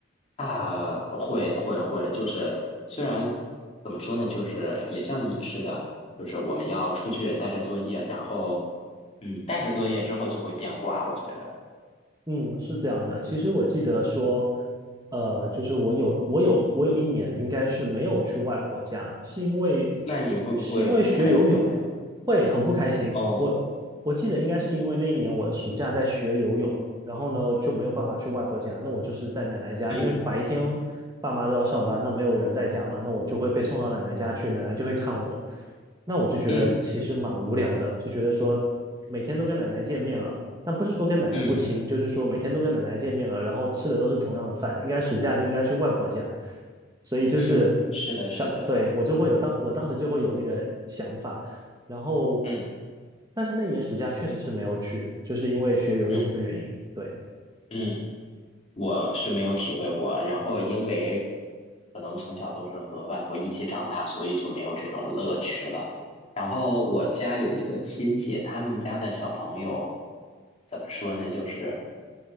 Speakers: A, on the left (about 30°); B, on the right (about 20°).
A: 啊，会会会，就是虽然怎么说呢，就是也像你似的，就是我们要出去带着作业，然后嗯，带着作业之后就会变卦，我觉得。
B: 嗯，是这样的。其实我记得说，呃，就是我有我有我有一年应该是没有去外婆家，是因为
A: 那你会不会不开心了呀？
B: 是因为学游泳会很不开心。
A: 哦，
B: 我我记得应该是因为那一年我暑假在学游泳，然后呢就没有办法去外婆家，那我就是在奶奶家，
A: 嗯
B: 因为白天爸妈都要上班，那没有人在家嘛，那我就会被送到奶奶家去，奶奶就会看我。那我就觉得其实蛮无聊的，
A: 嗯
B: 就觉得说每天都跟奶奶见面了。但不是说跟奶奶不亲，
A: 嗯
B: 就是说每天都跟奶奶见面了，然后吃的都是同样的饭，应该暑假就应该去外婆家，所以就是
A: 嗯，是的，
B: 想，
A: 是的，
B: 对，我就会有当，我当时就会有那个想法，然后，
A: 嗯
B: 但是那一年暑假确实是没有去，就是因为学游泳的原因，
A: 嗯
B: 对。
A: 嗯，我是没有体会过。然后因为可能从小都是和外婆一起长大，所以就没有这种乐趣了。然后我家有一个亲戚，他们家的小朋友怎么说呢？就是。